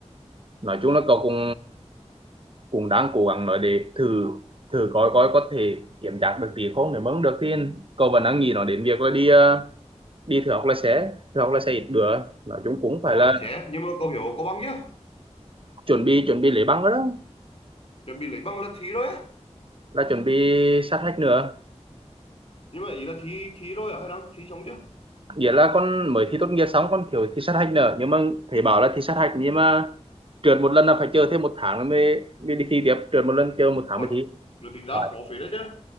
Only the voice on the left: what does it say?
không
lái xe nhưng mà cậu hiểu có bằng chưa
chuẩn bị lấy bằng là thi rồi á
nhưng mà ý là thi thi rồi à hay đang thi xong chưa
Ôi,
được tính ra
khó phết đấy chứ